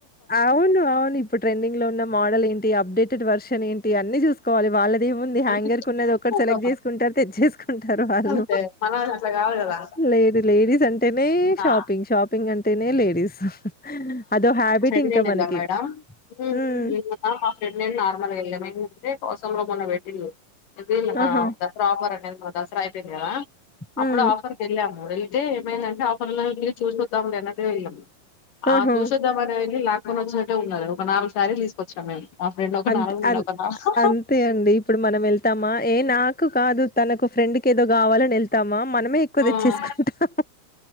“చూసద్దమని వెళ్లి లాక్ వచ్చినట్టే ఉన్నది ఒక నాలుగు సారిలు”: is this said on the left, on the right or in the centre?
Left